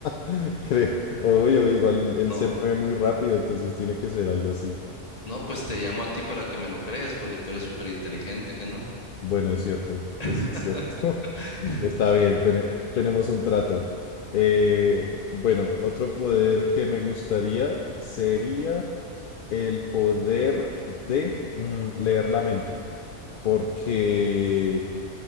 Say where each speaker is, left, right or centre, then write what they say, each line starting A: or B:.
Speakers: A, on the left; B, on the left.
A: <laughs> creo, obvio, igual él
B: No,
A: se mueve muy rápido, entonces tiene que ser algo así.
B: no, pues te llamo a ti para que me lo crees, porque tú eres súper inteligente, ¿que no?
A: Bueno, es cierto,
B: <laughs>
A: es cierto. Está bien, tene- tenemos un trato. Eh, bueno, otro poder que me gustaría sería el poder de mm, leer la mente. Porque,